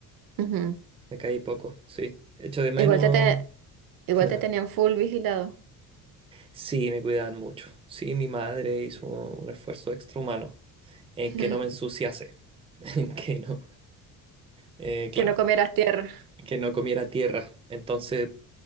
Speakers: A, on the right (about 65°); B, on the right (about 15°).
A: Ujú.
B: me caí poco, sí. Echo de menos.
A: Igual te, te- igual
B: <laughs>
A: te tenían full vigilado.
B: Sí, me cuidaban mucho. Sí, mi madre hizo un esfuerzo extrahumano en
A: <laughs>
B: que no me ensuciase, <laughs> en que no, eh, claro,
A: Que no comieras tierra.
B: en que no comiera tierra. Entonces,